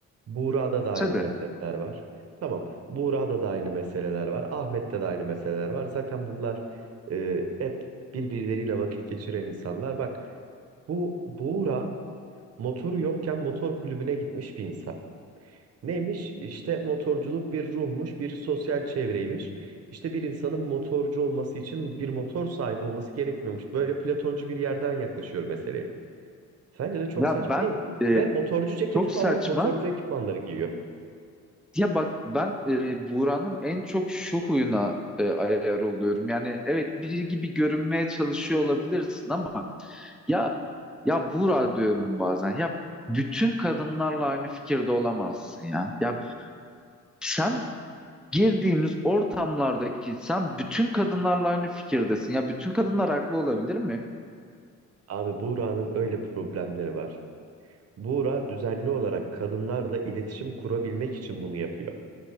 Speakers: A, on the right; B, in the centre.
A: Buğra'da da aynı
B: Tabii.
A: meseleler var. Tamam. Buğra'da da aynı meseleler var. Ahmet'te de aynı meseleler var. Zaten bunlar e, hep birbirleriyle vakit geçiren insanlar. Bak bu Buğra Motoru yokken motor kulübüne gitmiş bir insan. Neymiş? İşte motorculuk bir ruhmuş, bir sosyal çevreymiş. İşte bir insanın motorcu olması için bir motor sahibi olması gerekmiyormuş. Böyle Platoncu bir yerden yaklaşıyor meseleye. Sence de çok
B: Ya
A: saçma
B: ben
A: değil mi?
B: e,
A: Ve motorcu ceketi
B: çok
A: falan
B: saçma.
A: motorcu ekipmanları giyiyor.
B: Ya bak ben e, Buğra'nın en çok şu huyuna e, ayar oluyorum. Yani evet biri gibi görünmeye çalışıyor olabilirsin ama ya ya Buğra diyorum bazen. Ya bütün kadınlarla aynı fikirde olamazsın ya. Ya sen girdiğimiz ortamlardaki sen bütün kadınlarla aynı fikirdesin. Ya bütün kadınlar haklı olabilir mi?
A: Abi Buğra'nın öyle problemleri var. Buğra düzenli olarak kadınlarla iletişim kurabilmek için bunu yapıyor.